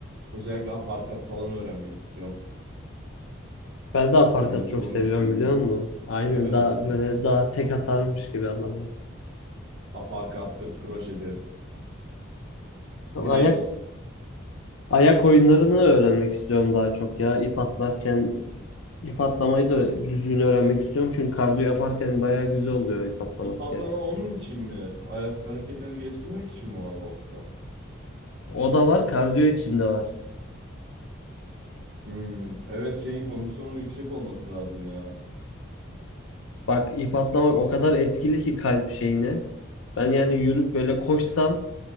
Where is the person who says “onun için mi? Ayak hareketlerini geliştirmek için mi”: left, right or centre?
Right